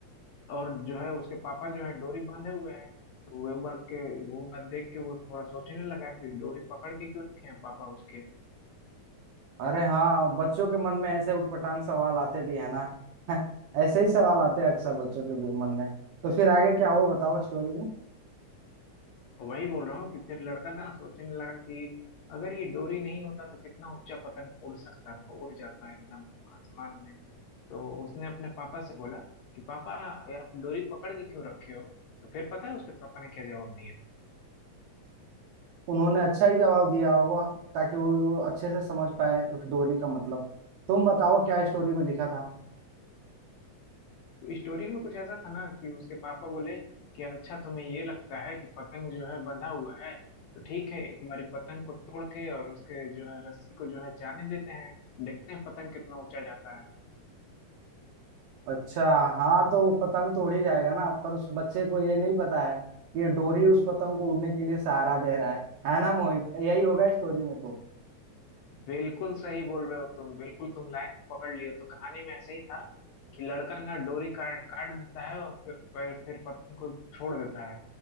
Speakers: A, on the left; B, on the right.
A: और जो है उसके पापा जो है डोरी बांधे हुए हैं तो वो बात के वो बात देख के वो थोड़ा सोचने लगा कि डोरी पकड़ के क्यों रखे हैं पापा उसके
B: अरे हाँ बच्चों के मन में ऐसे उटपटांग सवाल आते भी है ना <laughs> ऐसे ही सवाल आते हैं अक्सर बच्चों के भी मन में तो फिर आगे क्या हुआ बताओ स्टोरी में
A: वही बोल रहा हूँ कि फिर लड़का ना सोचने लगा कि अगर ये डोरी नहीं होता तो कितना ऊंचा पतंग उड़ सकता था उड़ जाता एकदम आसमान में तो उसने अपने पापा से बोला कि पापा ये आप डोरी पकड़ के क्यों रखे हो तो फिर पता है उसके पापा ने क्या जवाब दिया
B: उन्होंने अच्छा ही जवाब दिया होगा ताकि वो वो अच्छे से समझ पाए उस डोरी का मतलब तुम बताओ क्या स्टोरी में लिखा था
A: तो इस स्टोरी में कुछ ऐसा था ना कि उसके पापा बोले कि अच्छा तुम्हें ये लगता है कि पतंग जो है बंधा हुआ है तो ठीक है एक हमारी पतंग को तोड़ के और उसके जो है रस्सी को जो है जाने देते हैं देखते हैं पतंग कितना ऊंचा जाता है
B: अच्छा हाँ तो पतंग तो उड़ ही जाएगा ना पर उस बच्चे को ये नहीं पता है कि ये डोरी उस पतंग को उड़ने के लिए सहारा दे रहा है है ना मोहित यही होगा स्टोरी में तो
A: बिल्कुल सही बोल रहे हो तुम बिल्कुल तुम लाइन पकड़ लिए हो। तो कहानी में ऐसे ही था कि लड़का ना डोरी काट काट देता है और फिर फिर फिर पतंग को छोड़ देता है